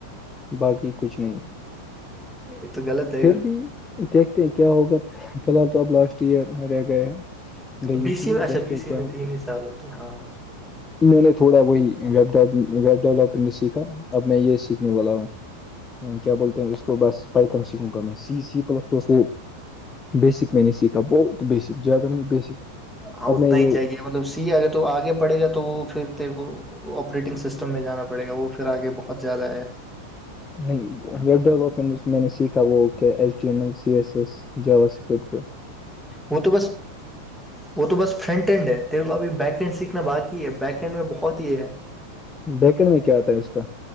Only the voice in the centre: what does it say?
یہ تو غلط ہے
بی سی میں
اچھا بی
سی
میں تین ہی سال ہوتے ہیں ہاں
ہاں
اتنا
ہی چاہیے مطلب سی اگر تو آگے پڑے گا تو وہ پھر تیر کو آپریٹنگ سسٹم میں جانا پڑے گا وہ پھر آگے بہت زیادہ ہے
وہ تو بس وہ تو بس فرنٹ ہینڈ ہے تیرے کو ابھی بیک ہینڈ سیکھنا باقی ہے بیک ہینڈ میں بہت یہ ہے